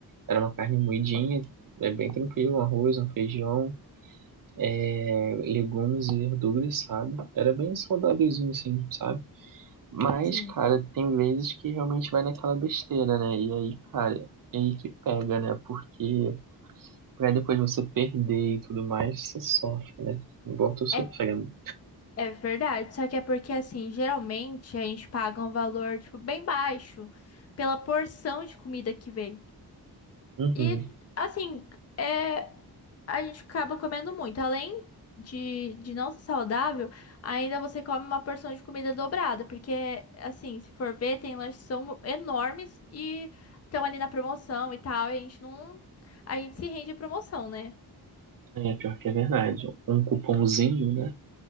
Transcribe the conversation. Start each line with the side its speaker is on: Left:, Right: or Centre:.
Right: era uma carne moidinha, é bem tranquilo, um arroz, um feijão, é, legumes e verduras, sabe? Era bem saudávelzinho assim, sabe? Mas,
Left: Sim.
Right: cara, tem vezes que realmente vai naquela besteira, né? E aí, cara, é aí que pega, né? Porque Pra depois você perder e tudo mais, você sofre, né? Igual eu tô sofrendo.
Left: É, é verdade, só que é porque assim, geralmente a gente paga um valor tipo bem baixo pela porção de comida que vem.
Right: Uhum.
Left: E assim, é a gente acaba comendo muito. Além de, de não ser saudável, ainda você come uma porção de comida dobrada, porque, assim, se for ver, tem lanches que são enormes e estão ali na promoção e tal, e a gente não. A gente se rende à promoção, né?
Right: É, pior que é verdade. Um cupomzinho, né?